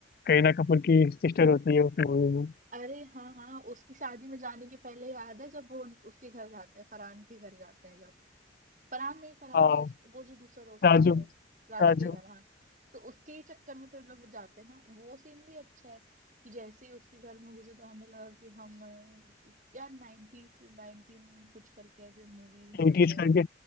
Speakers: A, on the left; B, on the right.
A: करीना कपूर की सिस्टर होती है उस मूवी में
B: अरे हाँ हाँ उसकी शादी में जाने के पहले याद है जब वो उन- उसके घर जाते हैं फरहान के घर जाते हैं जब फरहान नहीं फरहान
A: हाँ
B: नहीं उस वो जो दूसरा दोस्त
A: राजू
B: रहता है राजू
A: राजू
B: के घर हाँ तो उसके ही चक्कर में तो इन लोग जाते हैं ना वो सीन भी अच्छा है कि जैसे ही उसके घर में घुसे तो हमें लगा कि हम अ, कि- क्या नाइनटीज नाइनटीन कुछ करके ऐसे मूवीज में
A: एटीज
B: आ गए
A: करके
B: हो